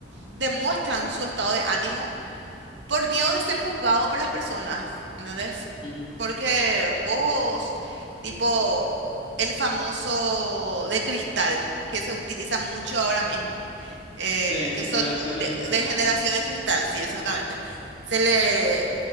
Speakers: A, on the right; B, on the left.
A: demuestran su estado de ánimo por miedo de ser juzgado por las personas, ¿entendés?
B: Ujú.
A: Porque vos, tipo, el famoso de cristal que se utiliza mucho ahora mismo, eh,
B: Sí,
A: que
B: generación
A: son de,
B: de cristal.
A: de generación de cristal, sí, exactamente. Se le,